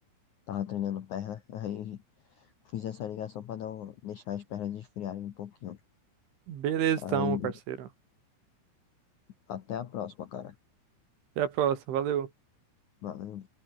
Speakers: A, on the left (about 70°); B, on the right (about 75°).
A: Tava treinando perna. <laughs> Aí. Fiz essa ligação para não deixar as pernas esfriarem um pouquinho.
B: Beleza,
A: Aí,
B: então, meu parceiro.
A: até a próxima, cara.
B: Até a próxima. Valeu.
A: Valeu.